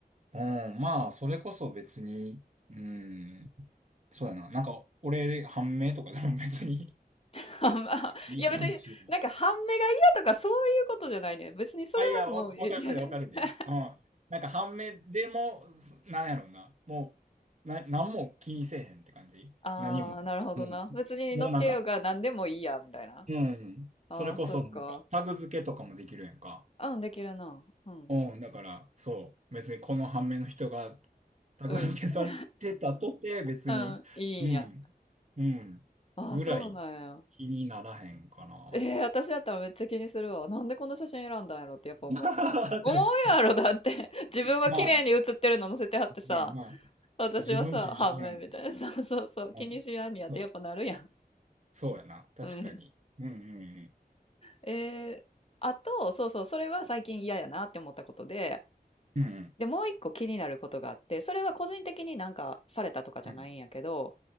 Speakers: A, on the right (about 45°); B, on the left (about 35°).
A: うん、まあ、それこそ別に、うん、そうやな。なんか、俺、判明とかでも別に
B: <laughs> あんまいや別に、
A: いい感じ。
B: なんか半目が嫌とかそういうことじゃないね。別にそれはもう、
A: あ、いや、わ、
B: え
A: わかるで、わかるで。
B: <laughs>
A: うん。なんか半目でも、すなんやろうな。もう、な、なんも気にせえへんって感じ何も。
B: ああ、なるほどな。
A: うん。
B: 別に乗ってようが何でもいいや、
A: もうなんか、
B: みたいな。
A: うん。
B: ああ、
A: それこそ、
B: そっか。
A: なんか、タグ付けとかもできるやんか。
B: うん、できるな。うん。
A: うん。だから、そう。別にこの半目の人がタグ付けされてたとて、
B: ううん。んう
A: 別に、
B: んうんいいんや。
A: うん。うん。
B: ああ、
A: ぐらい気にならへんかな。
B: そうなんや。ええ私だったらめっちゃ気にするわ。なんでこの写真選んだんやろってやっぱ思う。
A: <laughs> 確かに。
B: 思うやろ、だって。<laughs> 自分は綺麗に写ってるの載せてはってさ、
A: まあ、まあ、まあ、
B: 私はさ、
A: 自分自身やん
B: 半面みたいな。<laughs> そうそうそう。
A: うん。
B: 気にしやんにやってやっぱなるやん。
A: そ、そうやな。確かに。
B: うん。
A: うん
B: えー、あと、そうそう、それは最近嫌やなって思ったことで、
A: うんうん。
B: で、もう一個気になることがあって、それは個人的になんかされたとかじゃないんやけど、
A: うん